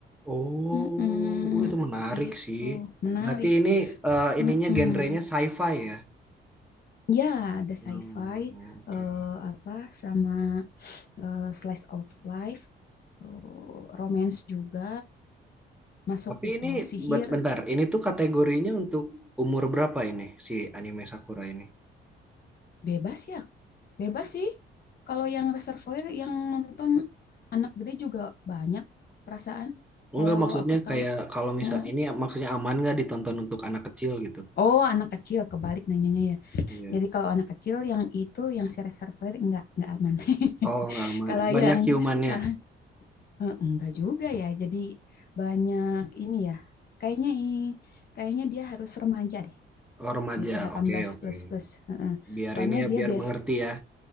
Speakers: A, in the centre; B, on the left (about 50°).
A: oh,
B: Mm-mm.
A: uh, itu menarik
B: Gitu,
A: sih.
B: menarik.
A: Berarti ini eh, ininya
B: Mm-mm.
A: genrenya sci-fi ya.
B: Ya, ada sci-fi,
A: Oh, oke.
B: eh, apa sama eh, slice of life, eh, romance juga masuk
A: Tapi
B: itu.
A: ini
B: Sihir
A: ben- bentar, ini tuh kategorinya untuk umur berapa ini si anime Sakura ini?
B: bebas ya, bebas sih. Kalau yang Reservoir yang nonton anak gede juga banyak perasaan. Kalau
A: Enggak maksudnya
B: aku tahu,
A: kayak kalau misal
B: Mm-mm.
A: ini maksudnya aman nggak ditonton untuk anak kecil gitu?
B: Oh anak kecil kebalik nanyanya ya.
A: Iya.
B: Jadi kalau anak kecil yang itu yang si Reservoir enggak enggak aman. <laughs>
A: Oh nggak aman,
B: Kalau
A: banyak
B: yang
A: ciumannya.
B: kalau Eh, Enggak juga ya. Jadi banyak ini ya. Kayaknya i- kayaknya dia harus remaja deh.
A: Oh remaja,
B: Gitu delapan
A: oke
B: belas
A: oke.
B: plus plus. Heeh.
A: Biar
B: Soalnya
A: ini ya
B: dia
A: biar
B: base
A: mengerti ya.